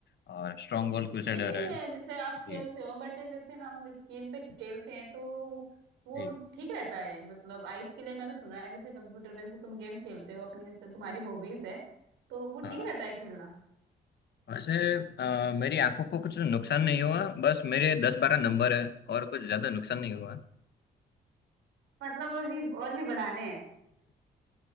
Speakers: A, on the left; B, on the right.
A: और स्ट्रॉन्ग होल्ड क्रूसेडर
B: लेकिन
A: है
B: अ, जैसे आप
A: जी
B: खेलते हो बट जैसे हम स्क्रीन पे खेलते हैं तो वो
A: जी
B: ठीक रहता है मतलब आइस के लिए मैंने सुना है जैसे कंप्यूटर पे जैसे तुम गेम खेलते हो अपनी जैसे तुम्हारी हॉबीज है तो वो ठीक
A: हाँ
B: रहता है खेलना
A: वैसे अ, मेरी आंखों को कुछ नुकसान नहीं हुआ बस मेरे दस बारह नंबर है और कुछ ज्यादा नुकसान नहीं हुआ
B: मतलब और भी और भी बढ़ाने हैं